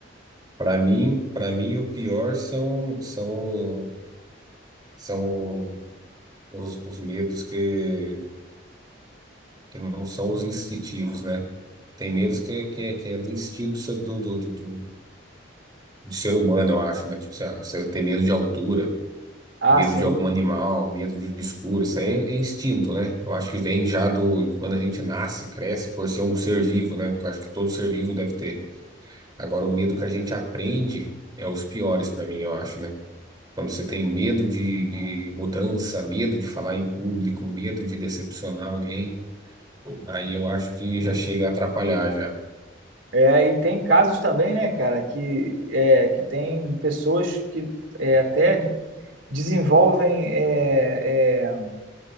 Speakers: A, on the right; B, on the right.
A: Para mim, para mim o pior são, são, são os, os medos que, que não são os instintivos, né? Tem medos que, que, é- que é do instinto do, do, do, do do ser humano, eu acho, né? Tipo, sei lá, você tem medo de altura.
B: Ah,
A: medo
B: sim.
A: de algum animal, medo de um escuro, isso aí é, é instinto, né? Eu acho que vem já do quando a gente nasce, cresce por ser um ser vivo, né? Eu acho que todo ser vivo deve ter. Agora, o medo que a gente aprende é os piores para mim, eu acho, né? Quando você tem medo de mudança, medo de falar em público, medo de decepcionar alguém, aí eu acho que já chega a atrapalhar já.
B: É, e tem casos também, né, cara, que, é, que tem pessoas que é, até desenvolvem é, é,